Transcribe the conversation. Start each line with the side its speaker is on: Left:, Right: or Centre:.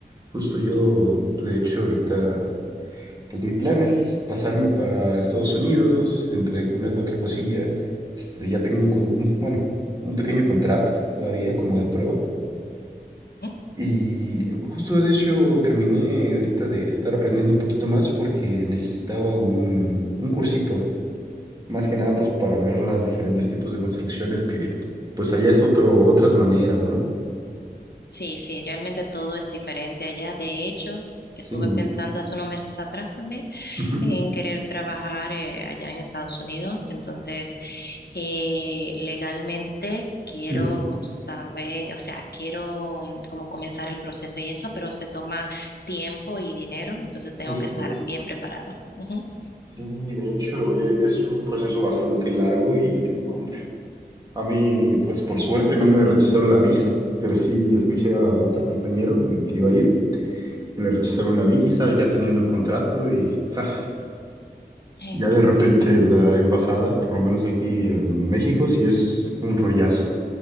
Right: Justo
Left: Sí.
Right: yo, de hecho, ahorita, pues mi plan es pasarme para Estados Unidos, entre una u otra cosilla. Este, ya tengo un, con- bueno, un pequeño contrato todavía como de prueba.
Left: Ujú.
Right: Y justo de hecho terminé ahorita de estar aprendiendo un poquito más porque necesitaba un, un cursito, más que nada pues para ver los diferentes tipos de construcciones que pues allá es otro, otras maneras, ¿no?
Left: Sí, sí, realmente todo es diferente allá. De hecho, estuve
Right: Sí. ¿no?
Left: pensando hace unos meses atrás también
Right: Ujú.
Left: en querer trabajar eh, allá en Estados Unidos. Entonces, eh, legalmente quiero
Right: Sí,
Left: saber, o sea, quiero mm, como comenzar el proceso y eso, pero se toma tiempo y dinero, entonces tengo
Right: justo
Left: que estar
Right: eso.
Left: bien preparada. Ujú.
Right: Sí, de hecho, e- es un proceso bastante largo y no, hombre. a mí, pues por suerte no me rechazaron la visa, pero sí escuché a otro compañero con el que iba a ir, que le rechazaron la visa ya teniendo el contrato y ja,
Left: <laughs>
Right: ya de repente la embajada, por lo menos aquí en México, sí es un rollazo.